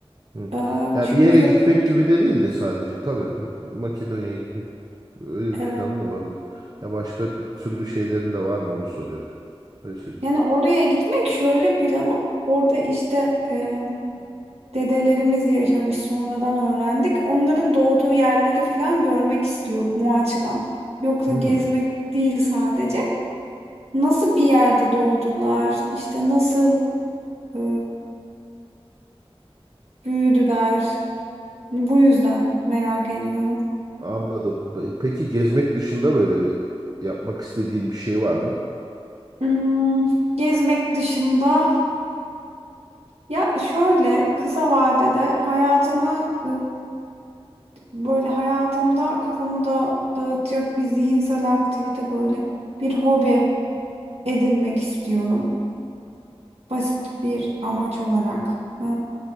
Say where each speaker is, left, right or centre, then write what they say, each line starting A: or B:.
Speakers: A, on the right (about 40°); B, on the right (about 85°).
A: Hı.
B: Ee,
A: Yani
B: çünkü
A: bir yere gitmek gibi de değil de sadece. Tabii Ma- Makedonya'ya gitmek öyle bir
B: Evet.
A: planın olabilir. Ya başka türlü şeylerin de var mı onu soruyorum. Öyle söyleyeyim.
B: Yani oraya gitmek şöyle planım. Orada işte e, dedelerimiz yaşamış sonradan öğrendik. Onların doğduğu yerleri falan görmek istiyorum o açıdan. Yoksa
A: Hı,
B: gezmek değil sadece. Nasıl bir yerde doğdular, işte nasıl e, büyüdüler. Hani Bu yüzden merak ediyorum.
A: anladım. Pe- Peki gezmek dışında böyle bir yapmak istediğin bir şey var mı?
B: Hmm, gezmek dışında ya şöyle kısa vadede hayatımı Böyle hayatımda kafamı da dağıtacak bir zihinsel aktivite böyle bir hobi edinmek istiyorum. Basit bir amaç olarak. Ee,